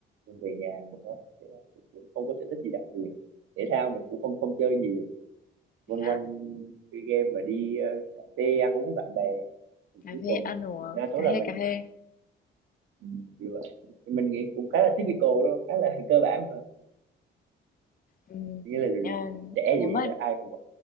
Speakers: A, on the right; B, on the left.
A: mình về nhà mình có thế là mình cũng không có sở thích gì đặc biệt thể thao mình cũng không không chơi nhiều quanh
B: À,
A: quanh chơi game và đi ờ, cà phê ăn uống với bạn bè thì
B: cà
A: cuối
B: phê
A: tuần
B: ăn uống,
A: đa số
B: cà
A: là
B: phê
A: mình
B: cà phê.
A: mình kiểu vậy. Thì mình nghĩ cũng khá là typical đúng không khá là <laughs> cơ bản mà
B: Ừm,
A: nghĩa là
B: à,
A: trẻ
B: nếu
A: thì
B: mà
A: ai cũng